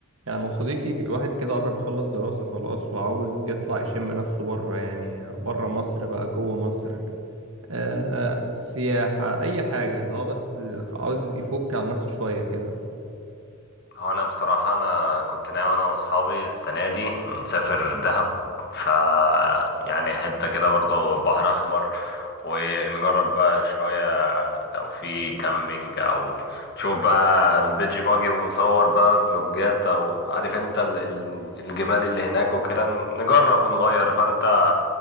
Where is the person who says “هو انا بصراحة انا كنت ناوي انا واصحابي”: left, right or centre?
Left